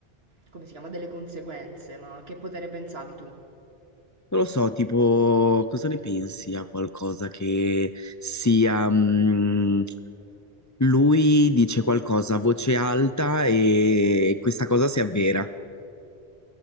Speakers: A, on the right; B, on the left.
A: come si chiama, delle conseguenze. Ma che potere pensavi tu?
B: Non lo so, tipo, cosa ne pensi a qualcosa che sia, mh, Lui dice qualcosa a voce alta e questa cosa si avvera.